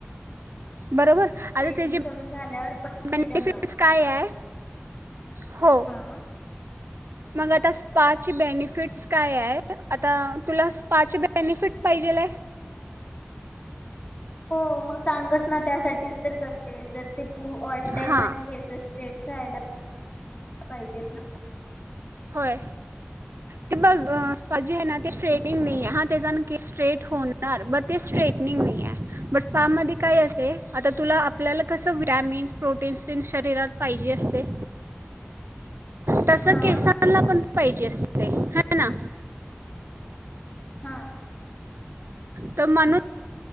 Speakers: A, on the right; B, on the left.
A: बरोबर आता
B: थ्रेडनिंग
A: त्याची
B: करून झाल्यावर परत सिरम
A: बेनिफिटस
B: लावू
A: काय आहे? हो
B: हा
A: मग आता स्पाची बेनिफिटस काय आहे आता तुला स्पाची बेनिफिट पाहिजेलय
B: हो मग सांगच ना त्यासाठीच तर करते जर ते तू ऑल टाइम
A: हां
B: माजी केस स्टेट <inaudible> पाहिजेत ना
A: होय ते बघ अ स्पा जे हाय ना ते स्ट्रेटिंग नईये, हा ते जाण केस स्ट्रेट होणार ब ते स्ट्रेटनिंग नई आय बट स्पा मध्ये काय असते आता तुला आपल्याला कसं विटॅमिन्स, प्रोटीन्स तेन शरीरात पाहिजे असते तस
B: हा
A: केसांला पण पायजे असतय, हा ना!
B: हा
A: त म्हणून